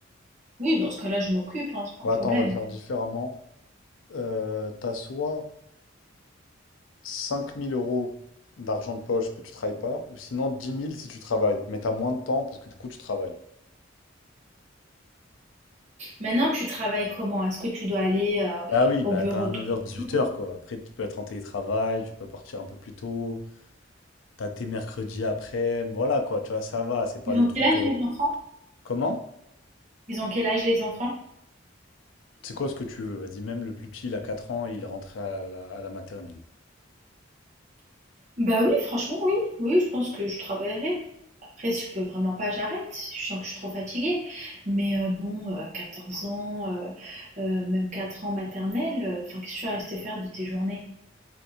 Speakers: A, on the right (about 40°); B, on the left (about 75°).
A: Oui, dans ce cas-là, je m'occupe, hein, c'est pas
B: Bon,
A: un problème.
B: attends, on va le faire différemment. Euh, tu soit cinq mille euros d'argent de poche, mais tu travailles pas, ou sinon dix mille si tu travailles, mais t'as moins de temps parce que du coup, tu travailles.
A: Maintenant, tu travailles comment? Est-ce que tu dois aller euh,
B: Ah oui,
A: au
B: bah
A: bureau
B: t'as un
A: tout
B: 9h-18h
A: le jour
B: quoi. Après, tu peux être en télétravail, tu peux partir un peu plus tôt, t'as tes mercredis après, voilà quoi, tu vois, ça va, c'est pas
A: Ils
B: le
A: ont
B: truc.
A: quel âge
B: euh,
A: les enfants?
B: Comment?
A: Ils ont quel âge les enfants?
B: C'est quoi ce que tu veux? Vas-y, même le plus petit, il a 4 ans, il est rentré à la, à la maternelle.
A: Bah oui, franchement, oui. Oui, je pense que je travaillerai. Après, si je peux vraiment pas, j'arrête. si Je sens que je suis trop fatiguée. Mais euh, bon, euh, 14 ans, euh, euh, même 4 ans maternelle, euh, enfin, qu'est-ce que tu vas rester faire de tes journées?